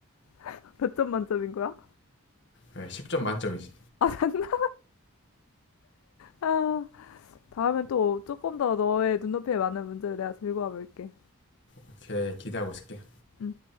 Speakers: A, on the left; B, on the left.
A: <laughs> 몇 점 만점인 거야?
B: 네, 10점 만점이지.
A: <laughs> 장난, 아. 다음엔 또 조금 더 너의 눈높이에 맞는 문제를 내가 들고 와볼게.
B: 오케이, 기대하고 있을게.
A: 음.